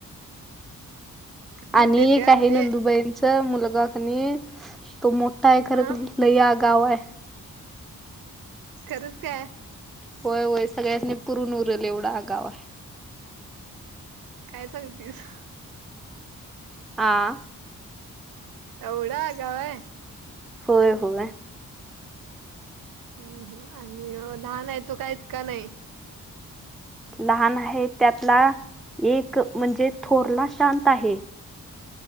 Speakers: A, on the right; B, in the centre.
A: मोठे
B: आणि
A: आहेत काय
B: एक आहे
A: म्हणजे
B: नंदुबाईंच मुलगा कनी तो मोठा आहे खर
A: हा
B: लगावा आहे
A: खरंच काय
B: होय होय सगळ्यांचस नी पुरून उरल एवढं गाव आहे
A: काय सांगतीस?
B: हां
A: एवढा गाव आहे
B: होय होय
A: हम्म हम आणि लहान आहे तो का इतका नाही
B: लहान आहे त्यातला एक म्हणजे थोरला शांत आहे